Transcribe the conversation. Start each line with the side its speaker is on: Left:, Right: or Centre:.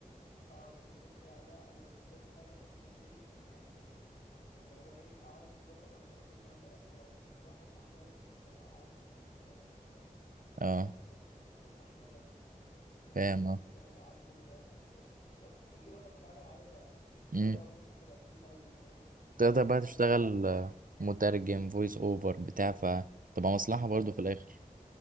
Left: آه بالضبط. يعني أنا أنا بالنسبة لي فعلًا إن أنا إيه، يعني اللي هو إيه، أعرف اللغة اللغات والكلام ده وأز وآخُد أحلى راتب وأنا قاعد في مصر، فاهم؟
Right: اه
Left: من غير ما أسافر وآخُد أحلى راتب. النستاجيلي
Right: فاهم
Left: فاهم اعرف كل لغات الر... بص اي لغه في العالم عارفها يابا
Right: اه
Left: بص احنا جامدين قوي فاهم
Right: تقدر
Left: فلا
Right: بقى تشتغل
Left: انا فعلا
Right: آه، مترجم فويس
Left: مم.
Right: اوفر بتاع فتبقى
Left: بالظبط
Right: مصلحة برضو في الآخر